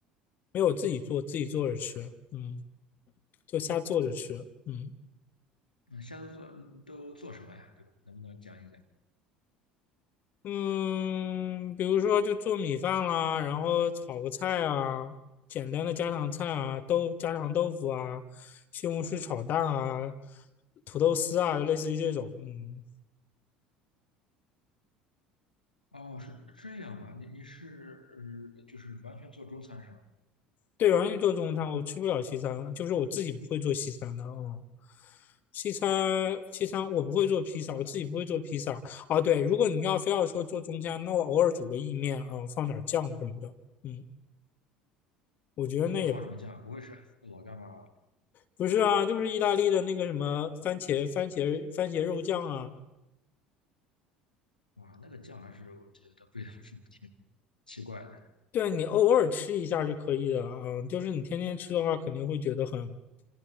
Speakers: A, on the left; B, on the left.
A: 没有自己做，自己做着吃，嗯。就瞎做着吃。嗯
B: 那现在都做都做什么呀？对吧？能不能讲一讲？
A: 嗯，比如说就做米饭啦，然后炒个菜啊，简单的家常菜啊，豆家常豆腐啊，西红柿炒蛋啊，土豆丝啊，类似于这种。嗯，
B: 哦，是这样吧？你你是呃，就是完全做中餐是吧？
A: 对，我完全做中餐，我吃不了西餐，就是我自己不会做西餐的。嗯。西餐，西餐我不会做披萨，我自己不会做披萨。哦，对，如果你要非要说做中餐，那我偶尔煮个意面啊、呃放点酱什么的，嗯，我觉得那也不
B: 一般放什么酱？不会是老干妈吧？
A: 不是啊，就是意大利的那个什么番茄番茄番茄肉酱啊，
B: 哇，那个酱还是我觉得味道是挺奇怪的。
A: 对啊，你偶尔吃一下是可以的，嗯，就是你天天吃的话，肯定会觉得很，